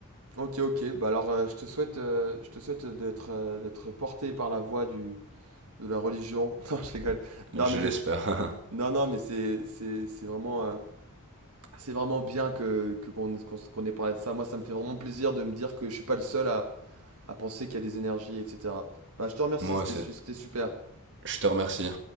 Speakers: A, on the right; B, on the right.
A: ok, ok. Bah alors, euh, je te souhaite, euh, je te souhaite d'être euh, d'être porté par la voie du, de la religion. <laughs> Non, je rigole. Non,
B: Je
A: mais
B: l'espère.
A: j'essa- non, non, mais c'est, c'est, c'est vraiment, euh, c'est vraiment bien que, que qu'on, qu'on, qu'on ait parlé de ça. Moi, ça me fait vraiment plaisir de me dire que je suis pas le seul à, à penser qu'il y a des énergies, etc. Bah, je te remercie,
B: <laughs> Moi
A: c'était,
B: aussi.
A: su- c'était super.
B: Je te remercie.